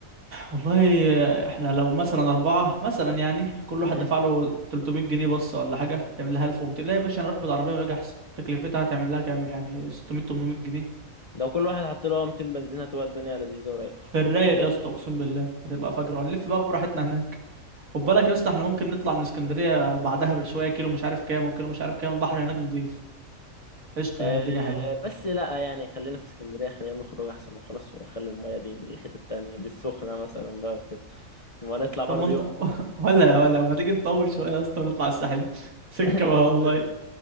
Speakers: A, on the right (about 75°); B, on the left (about 40°).
A: والله احنا لو مثلا أربعة مثلا يعني كل واحد
B: امم
A: دفع له 300 جنيه بس ولا حاجة تعمل لها 1200 لا يا باشا هنروح بالعربية ويجي أحسن تكلفتها هتعمل لها كام يعني 600 800 جنيه
B: لو كل واحد حط له 200 بنزين هتبقى الدنيا لذيذه ورايقه
A: في الرايق يا اسطى أقسم بالله هتبقى فجرة وهنلف بقى براحتنا هناك خد بالك يا اسطى احنا ممكن نطلع من اسكندرية بعدها بشوية كيلو مش عارف كام وكيلو مش عارف كام البحر هناك نضيف قشطة
B: آه
A: يعني الدنيا حلوة
B: بس لا يعني خلينا في اسكندريه خلينا نخرج احسن وخلاص ونخلي المايه دي للحته التانيه للسخنه مثلا بقى وكده ونطلع برضه
A: طب ما انت
B: يوم
A: <laughs> ولا ولا ما تيجي نطول شوية يا اسطى ونطلع الساحل <laughs> سكة
B: <laughs>
A: بقى والله